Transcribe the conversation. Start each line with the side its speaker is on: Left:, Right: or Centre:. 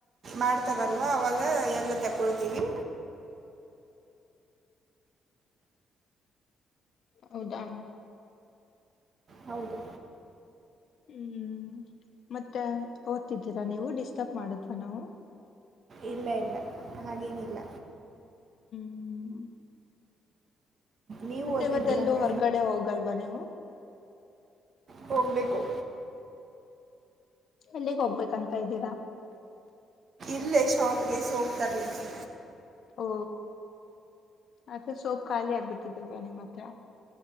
Right: ಮಾಡ್ತಾರಲ್ವಾ ಅವವಾಗ ಎಲ್ಲ ತಗೊಳ್ತೀವಿ
Left: ಹೌದಾ
Right: ಹೌದು
Left: ಹ್ಮ್ ಮತ್ತೆ ಓದ್ತಿದ್ದೀರಾ ನೀವು ಡಿಸ್ಟರ್ಬ್ ಮಾಡುದ್ವಾ ನಾವು
Right: ಇಲ್ಲ ಇಲ್ಲ ಹಾಗೇನಿಲ್ಲ
Left: ಹ್ಮ್
Right: ನೀವು
Left: ಮತ್ತೆ
Right: ಓದ್ತಿದ್ದೀರಲ್ವ
Left: ಇವತ್ತೆಲ್ಲೂ ಹೊರಗಡೆ ಹೋಗಲ್ವಾ ನೀವು
Right: ಹೋಗ್ಬೇಕು
Left: ಎಲ್ಲಿಗೆ ಹೋಗ್ಬೇಕಂತ ಇದ್ದೀರಾ
Right: ಇಲ್ಲೇ ಶಾಪ್ಗೆ ಸೋಪ್ ತರ್ಲಿಕ್ಕೆ
Left: ಓ ಮತ್ತೆ ಸೊಪ್ ಖಾಲಿ ಆಗ್ಬಿಟ್ಟಿದ್ದೇವ ನಿಮ್ಮ ಹತ್ರ